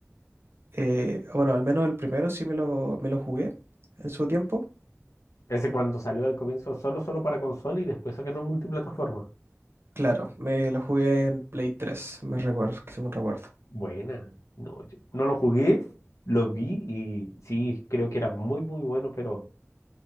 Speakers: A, on the right; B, on the left.
A: Eh, bueno, al menos el primero sí me lo, me lo jugué en su tiempo.
B: Ese cuando salió al comienzo solo, solo para consola y después sacaron multiplataforma.
A: Claro, me lo jugué en Play 3, me recuerdo, que según recuerdo.
B: Buena. No, yo no lo jugué, lo vi y sí, creo que era muy, muy bueno, pero